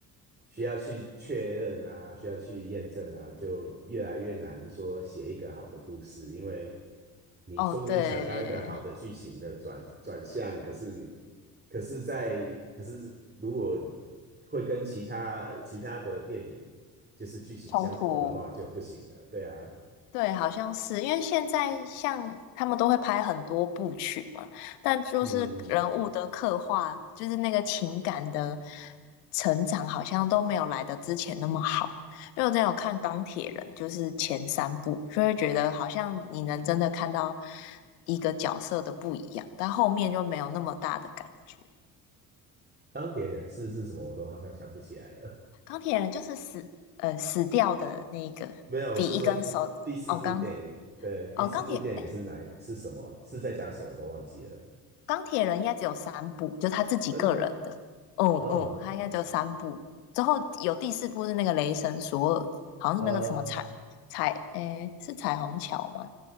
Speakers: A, on the right; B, on the left.
A: 需要去确认啊，需要去验证啊，就越来越难说写一个好的故事，因为你说不定想到一个好的剧情的转转向，
B: 哦，对。
A: 可是你可是在可是如果会跟其他其他的电影就是剧情相悖的话就不行了，
B: 冲突。
A: 对啊。
B: 对，好像是因为现在像他们都会拍很多部曲嘛，但就是人物的刻画，
A: 嗯嗯，
B: 就是那个情感的成长，好像都没有来的之前那么好。因为我之前有看《钢铁人》，就是前三部，就会觉得好像你能真的看到一个角色的不一样，但后面就没有那么大的感觉。
A: 钢铁人是是什么，我都好像想不起来了。
B: 钢铁人就是死，呃，死掉的那个，
A: 没有，
B: 比一根手，
A: 我是说第四部电影，
B: 哦，钢
A: 对，第四部电影是哪一是什么？
B: 哦，钢铁，哎，
A: 是在讲什么？都忘记了。
B: 钢铁人应该只有三部，就他自己个人的。
A: 真的吗？
B: 嗯嗯，
A: 哦，
B: 他应该只有三部。之后有第四部是那个雷神索尔，好像是那个什么彩彩，
A: 呃，
B: 哎，是彩虹桥吗？